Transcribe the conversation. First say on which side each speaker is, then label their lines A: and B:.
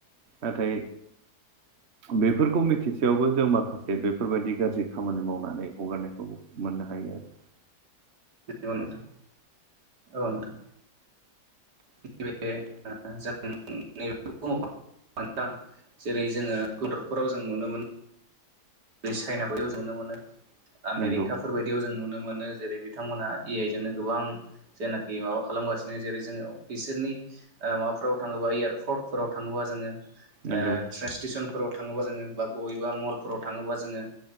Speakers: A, on the right; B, on the right.
A: नाथाय बेफोरखौ मिथिसेयावबो जों माखा जे बेफोरबायदि गाज्रि खामानि मावनानै हगारनायखौ मोननो हायो आरो
B: नंगौ नोंथां औ नोंथां नैबे ओ जों नैबे <inaudible> <unintelligible> जेरै जोङो गदरफोराव जों नुनो मोनो जेरै चाइना बैयाव जनो मोनो आमेरिकाफोर
A: नंगौ
B: बायदियाव जों नुनो मोनो जेरै बिथांमोनहा ए आइ जोंनो गोबां जेयनाखि माबा खालामगासिनो जेरै जोङो बिसोरनि ओ माबाफोराव थाङोबा एयारफ्रटफोराव थाङोबा जोङो ओ
A: नंगौ
B: ट्रेन्स सिटेसनफोराव थाङोबा जोङो बा बबेबा मलफोराव थाङोबा जोङो